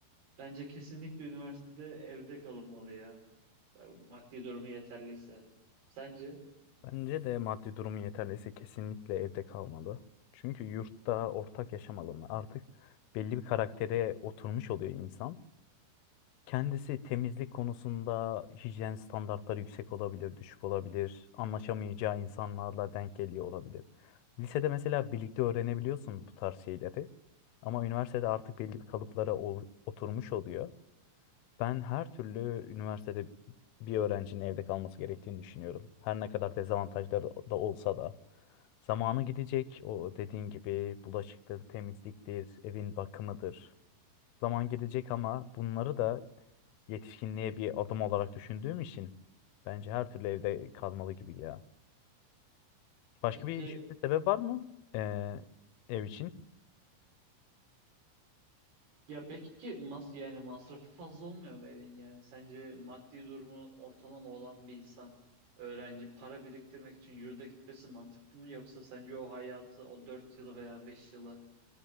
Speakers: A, on the right (about 55°); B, on the left (about 90°).
A: Bence kesinlikle üniversitede evde kalınmalı ya. Maddi durumu yeterliyse. Sence?
B: Bence de maddi durumu yeterliyse kesinlikle evde kalmalı. Çünkü yurtta ortak yaşam alanı artık belli bir karaktere oturmuş oluyor insan. Kendisi temizlik konusunda hijyen standartları yüksek olabilir, düşük olabilir. Anlaşamayacağı insanlarla denk geliyor olabilir. Lisede mesela birlikte öğrenebiliyorsun bu tarz şeyleri. Ama üniversitede artık belli bir kalıplara ol- oturmuş oluyor. Ben her türlü üniversitede bir öğrencinin evde kalması gerektiğini düşünüyorum. Her ne kadar dezavantajları da olsa da. Zamanı gidecek o dediğin gibi bulaşıktır, temizliktir, evin bakımıdır zaman gelecek ama bunları da yetişkinliğe bir adım olarak düşündüğüm için bence her türlü evde kalmalı gibi ya. Başka
A: Peki
B: bir düşünce sebep var mı ee, ev için?
A: ya peki mas yani masrafı fazla olmuyor mu evin yani? Sence maddi durumu ortalama olan bir insan öğrenci para biriktirmek için yurda gitmesi mantıklı mı yoksa sence o hayatı o 4 yılı veya 5 yılı